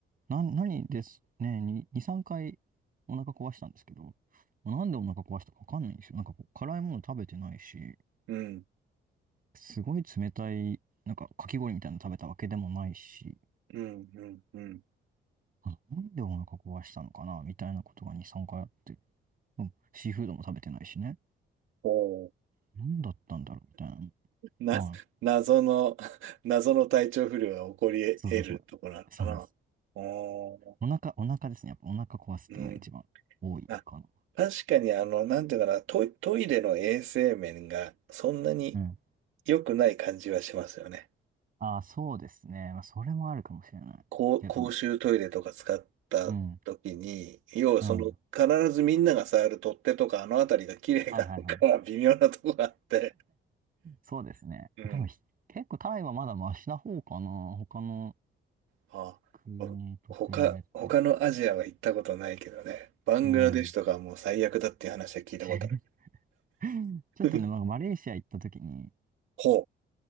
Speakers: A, on the right; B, on the right.
A: な、何ですね、2、2、3回お腹壊したんですけど、なんでお腹壊したかわかんないんですよ。なんかこう、辛いもの食べてないし、
B: うん。
A: すごい冷たい、なんかかき氷みたいなの食べたわけでもないし、
B: うんうんうん
A: あなんでお腹壊したのかな、みたいなことが2、3回あって、うんシーフードも食べてないしね。
B: おお
A: なんだったんだろう、みたいな。
B: な、
A: はい。
B: 謎の、<laughs> 謎の体調不良が起こり得るとこなのかな。
A: そうそうそう。そうなんです。
B: おお
A: お腹、お腹ですね。やっぱお腹壊すっていうのが一番多いかな。
B: うん。あ、確かにあの、なんていうかな、トイ、トイレの衛生面がそんなに
A: うん。
B: 良くない感じはしますよね。
A: ああ、そうですね。まあ、それもあるかもしれない。
B: 公、
A: けど、
B: 公衆トイレとか使った時に、
A: うん。
B: 要はその、
A: うん。
B: 必ずみんなが触る取っ手とかあのあたりが綺麗かどうかは微妙なとこがあって、
A: はいはいはい。そうですね。
B: うん。
A: でもひ、結構タイはまだマシな方かな。他の
B: あ、
A: 国と比べて。
B: ほ他、他のアジアは行ったことないけどね。バングラデシュとかはもう最悪だっていう話は聞いたことある。
A: うん。<laughs> ちょっとね、
B: <laughs>
A: なんかマレーシア行った時に、
B: ほ